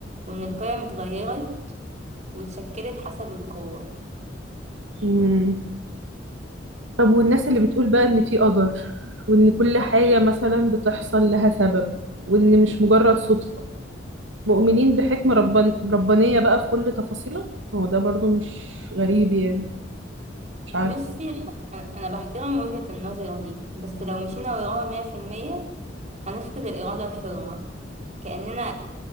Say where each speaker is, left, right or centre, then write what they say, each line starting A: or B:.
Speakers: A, on the right; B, on the right.
A: وإن القيم اتغيرت واتشكلت حسب القوة
B: مم. طب والناس اللي بتقول بقى ان في قدر وان كل حاجة مثلا بتحصل لها سبب وان مش مجرد صدفة مؤمنين بحكمة ربان... ربانية بقى في كل تفاصيلها ما هو ده برضو مش غريب يعني مش عارفه
A: بصي أنا أنا بحترم وجهة النظر دي بس لو مشينا وراها مية في المية هنفقد الإرادة الحرة كأننا